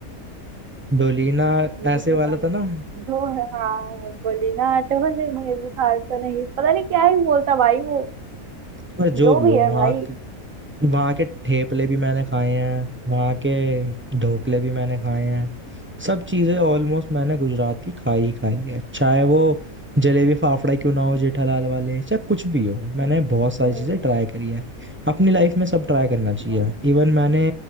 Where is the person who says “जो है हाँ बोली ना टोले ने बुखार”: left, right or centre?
Right